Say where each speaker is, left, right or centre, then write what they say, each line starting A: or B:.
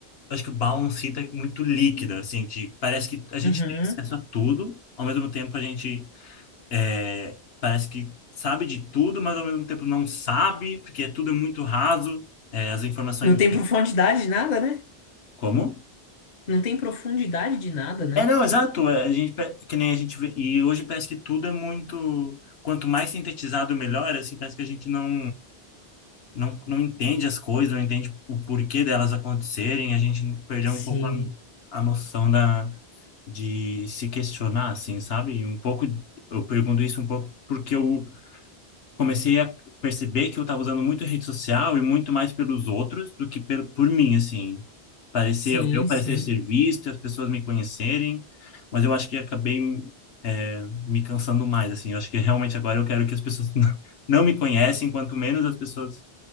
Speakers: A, on the left (about 70°); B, on the left (about 45°).
A: acho que o balancita é muito líquida, assim, que parece que a gente
B: Uhum.
A: tem acesso a tudo, ao mesmo tempo a gente é, parece que sabe de tudo, mas ao mesmo tempo não sabe, porque tudo é muito raso, é, as informações...
B: Não tem profundidade de nada, né?
A: Como?
B: Não tem profundidade de nada, né?
A: É, não, exato, é, a gente, pa- que nem a gente vê, e hoje parece que tudo é muito... Quanto mais sintetizado, melhor, assim, parece que a gente não, não, não entende as coisas, não entende o porquê delas acontecerem, a gente perdeu
B: Sim,
A: um pouco a, a noção da... de se questionar, assim, sabe? E Um pouco, eu pergunto isso um pouco porque eu comecei a perceber que eu estava usando muito rede social e muito mais pelos outros do que pelo, por mim, assim. Parecer
B: sim,
A: eu parecer
B: sim.
A: ser visto, as pessoas me conhecerem, mas eu acho que acabei é, me cansando mais, assim. Eu acho que realmente agora eu quero que as pessoas <laughs> não me conhecem, quanto menos as pessoas